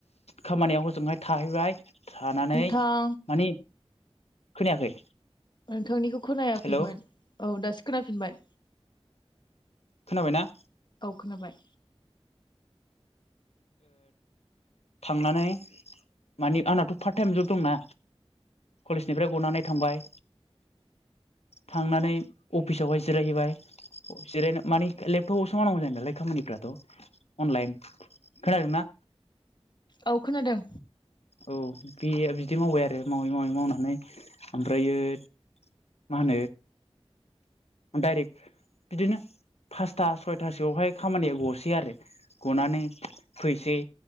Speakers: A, on the left; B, on the left.
A: खामानियाव हजोंहाय थाहैबाय थानानै
B: नोंथां
A: मानि खोनायाखै
B: नोंथांनिखौ खोनायाखैमोन
A: हेलौ
B: औ दासो खोनाफिनबाय
A: खोनाबायना
B: औ खोनाबाय
A: थांनानै माने आंनाथ' फार्ट टाइम जब दंना कलेजनिफ्राय गनानै थांबाय थांनानै अफिसावहाय जिरायहैबाय जिरायनो मानि लेपटपावसो मावनांगौ जायो नालाय खामानिफ्राथ' अनलाइन खोनादों ना
B: औ खोनादों
A: औ बे बिदि मावबाय आरो मावै मावै मावनानै ओमफ्रायो मा होनो डाइरेक्ट बिदिनो फासथा सयथासोआवहाय खामानिया गसै आरो गनानै फैसै